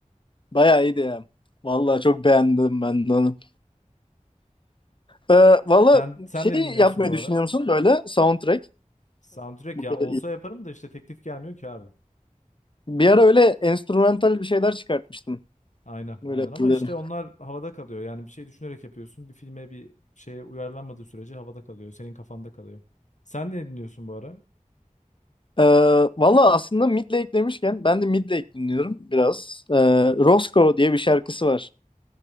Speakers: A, on the left; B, on the left.
A: Bayağı iyiydi ya. Vallahi çok beğendim ben de onu. Ee, valla
B: Sen, sen
A: şey
B: ne dinliyorsun
A: yapmayı
B: bu ara?
A: düşünüyor musun böyle soundtrack?
B: Soundtrack
A: Bu
B: ya
A: kadar
B: olsa
A: iyi.
B: yaparım da işte teklif gelmiyor ki abi.
A: Bir ara öyle enstrümantal bir şeyler çıkartmıştım.
B: Aynen
A: Böyle
B: aynen
A: hatırlıyorum.
B: ama işte onlar havada kalıyor. Yani bir şey düşünerek yapıyorsun. Bir filme bir şeye uyarlanmadığı sürece havada kalıyor. Senin kafanda kalıyor. Sen ne dinliyorsun bu ara?
A: Ee, valla aslında Midlake demişken ben de Midlake dinliyorum biraz. Ee, Roscoe diye bir şarkısı var.